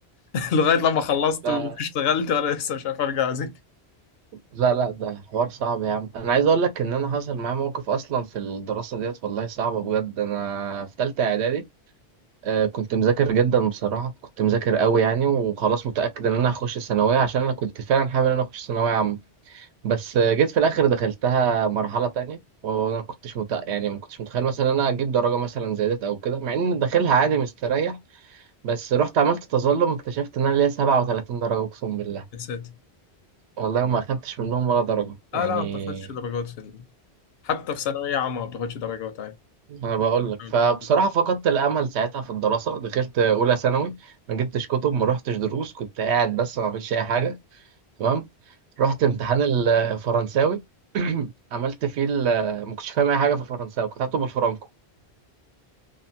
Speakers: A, on the left; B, on the right.
A: <laughs> لغايه لما خلصت
B: لا
A: واشتغلت وانا لسه مش عارف ارجع اذاكر
B: لا لا ده حوار صعب يا عم انا عايز اقول لك ان انا حصل معايا موقف اصلا في الدراسه ديت والله صعبه بجد انا في ثالثه اعدادي آه، كنت مذاكر جدا بصراحه كنت مذاكر قوي يعني وخلاص متاكد ان انا هخش الثانويه عشان انا كنت فعلا حابب ان انا اخش ثانويه عامه بس آه، جيت في الاخر دخلتها مرحله تانية وانا ما كنتش متأ... يعني ما كنتش متخيل مثلا إن انا اجيب درجه مثلا زي ديت او كده مع ان داخلها عادي مستريح بس رحت عملت تظلم اكتشفت ان انا ليا 37 درجة اقسم بالله
A: يا ساتر
B: والله ما اخدتش منهم ولا درجة يعني
A: اه لا ما بتاخدش درجات في ال... حتى في ثانوية عامة ما بتاخدش درجات عادي
B: انا بقول
A: <laughs>
B: لك فبصراحة فقدت الامل ساعتها في الدراسة دخلت اولى ثانوي ما جبتش كتب ما رحتش دروس كنت قاعد بس ما عملتش اي حاجة تمام رحت امتحان الفرنساوي <clears throat> عملت فيه ال- آه، ما كنتش فاهم اي حاجة في الفرنساوي كنت هكتب بالفرنكو